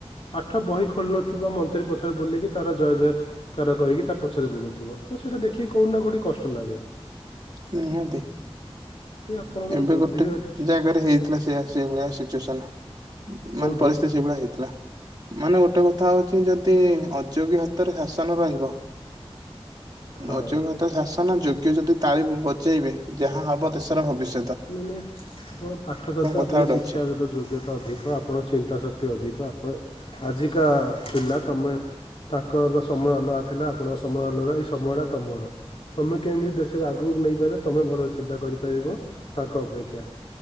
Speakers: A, on the left; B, on the right.
A: ପାଠ ବହି ଖୋଲୁନଥିବ ମନ୍ତ୍ରୀ ପଛରେ ବୁଲିକି ତାର ଜୟ ଜୟକାର କରିକି ତା ପଛରେ ବୁଲୁଥିବ ତ ସେଇଟା ଦେଖିକି କୋଉଠି ନା କୋଉଠି କଷ୍ଟ ଲାଗେ।
B: ନିହାତି
A: କି ଆପଣଙ୍କର
B: ଏବେ
A: ବୁଦ୍ଧି
B: ଗୋଟେ
A: ଅଛି
B: ଜାଗାରେ ହେଇଥିଲା ସେ ସେ ଭଳିଆ ସିଚୁଏସନ ମାନେ
A: କୋଉଠି
B: ପରିସ୍ଥିତି ସେଇଭଳିଆ ହେଇଥିଲା। ମାନେ ଗୋଟେ କଥା ହଉଛି ଯଦି ଅଯୋଗୀ ହାତରେ ଶାସନ ରହିବ
A: ହଁ
B: ଅଯୋଗ୍ୟତା ଶାସନ ଯୋଗ୍ୟ ଯଦି ତାଳି ବଜେଇବେ ଯାହା ହବ ହବିସ
A: ମାନେ ଆପଣ ପାଠସାଠ
B: କଥା
A: ଆପଣ
B: ଗୋଟେ
A: ଶିକ୍ଷାଗତ
B: ଅଛି।
A: ଯୋଗ୍ୟତା ଅଧିକ ଆପଣଙ୍କ ଚିନ୍ତା ଶକ୍ତି ଅଧିକ ଆ ଆଜିକା ପିଲା ତମେ ତାଙ୍କର ସମୟ ଅଲଗା ଥିଲା ଆପଣଙ୍କ ସମୟ ଅଲଗା ଏଇ ସମୟଟା ତମର ତୁମେ କେମିତି ଦେଶରେ ଆଗକୁ ନେଇପାର ତୁମେ ଭଲ ଚିନ୍ତା କରିପାରିବ। ତାଙ୍କ ଅପେକ୍ଷା